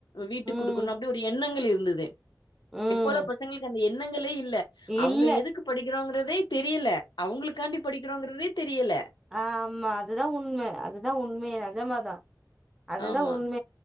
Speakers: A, on the left; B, in the centre.
A: வீட்டுக்
B: ம்
A: குடுக்கணு அப்டி ஒரு எண்ணங்கள் இருந்துது
B: ம்
A: இப்ப உள்ள பசங்களுக்கு அந்த எண்ணங்களே இல்ல அவுங்க
B: இல்ல
A: எதுக்கு படிக்கிறோங்கிறதே தெரியல அவங்களுக்காண்டி படிக்கிறோங்கறதே தெரியல
B: ஆ ஆமா அதுதா உண்ம அதுதா உண்மையே நெஜமாதா அதுதா
A: ஆமா.
B: உண்ம